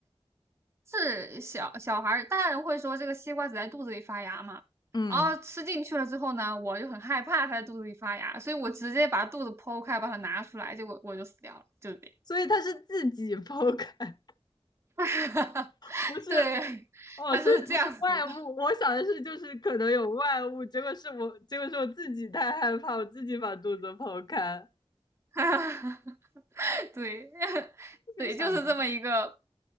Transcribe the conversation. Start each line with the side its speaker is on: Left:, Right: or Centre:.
Right: 是小小孩儿，大人会说这个西瓜只在肚子里发芽嘛，
Left: 嗯，
Right: 然后吃进去了之后呢，我就很害怕它在肚子里发芽，所以我直接把肚子剖开，把它拿出来，结果我就死掉了，就是这样。
Left: 所以他是自己剖开，
Right: <laughs>
Left: <laughs> 不是
Right: 对，
Left: 哦，
Right: 它是这样死的，
Left: 所以不是外物，我想的是就是可能有外物，结果是我，结果是我自己太害怕，我自己把肚子剖开，
Right: <laughs> 对，<laughs> 对，
Left: 没想到，
Right: 就是这么一个，